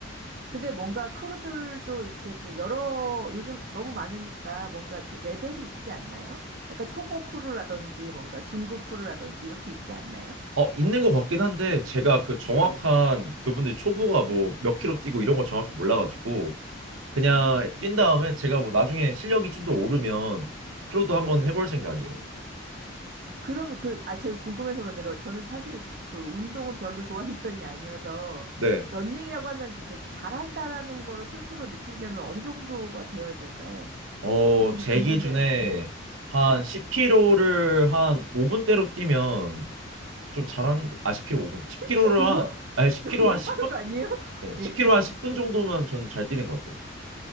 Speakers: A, on the right; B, on the right.
A: 근데 뭔가 크루들도 이렇게 그 여러, 요즘 너무 많으니까 뭔가 그 레벨이 있지 않나요? 약간 초보 크루라든지 뭔가 중급 크루라든지 이렇게 있지 않나요?
B: 어, 있는 것 같긴 한데 제가 그 정확한
A: 네.
B: 그분들이 초보가 뭐 몇 킬로 뛰고 이런 걸 정확히 몰라가지고 그냥
A: 아,
B: 뛴 다음에 제가 뭐 나중에 실력이 좀 더 오르면 크루도
A: 네.
B: 한번 해볼 생각이에요.
A: 그러면 그, 아, 제가 궁금해서 그런데 러- 저는 사실 그 운동은 별로 좋아하는 <laughs> 편이 아니어서
B: 네.
A: 런닝이라고 하면 그 잘한다라는 거를 스스로 느끼려면 어느 정도가 되어야 될까요?
B: 어,
A: 좀 그게
B: 제
A: 궁금해요.
B: 기준에 한
A: 네.
B: 10km를 한 5분대로 뛰면 좀 잘하는 거. 아, 10km 5분. 10km를
A: 10km요?
B: 한 아니 10km
A: <laughs> 너무
B: 한 10분.
A: 빠른 거 아니에요? <laughs>
B: 네, 10km
A: 예.
B: 한 10분 정도면 전 잘 뛰는 것 같아요.